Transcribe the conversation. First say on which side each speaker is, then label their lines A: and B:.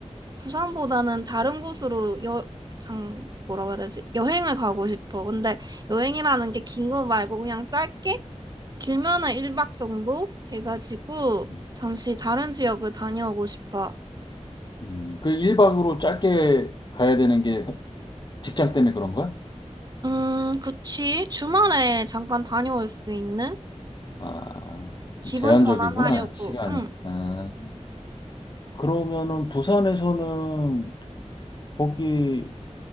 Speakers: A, on the right; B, on the left.
A: 부산보다는 다른 곳으로 여, 장, 뭐라고 해야 되지? 여행을 가고 싶어. 근데 여행이라는 게 긴 거 말고 그냥 짧게? 길면은 1박 정도 해가지고
B: 음,
A: 잠시 다른 지역을 다녀오고 싶어.
B: 음. 그 1박으로 짧게 가야 되는 게 직장 때문에 그런 거야?
A: 음, 그치. 주말에 잠깐 다녀올 수 있는?
B: 아,
A: 기분
B: 좀 제한적이구나,
A: 전환하려고.
B: 시간이.
A: 응.
B: 아, 그러면은 부산에서는 거기